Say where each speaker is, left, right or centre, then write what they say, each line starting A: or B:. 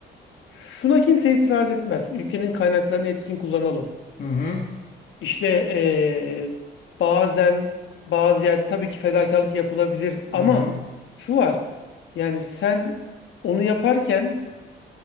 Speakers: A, on the left; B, on the left.
A: şuna kimse itiraz etmez. Ülkenin kaynaklarını etkin kullanalım.
B: Hı hı.
A: İşte e, bazen bazı yerde tabii ki fedakarlık yapılabilir ama
B: Hı hı.
A: şu var. Yani sen onu yaparken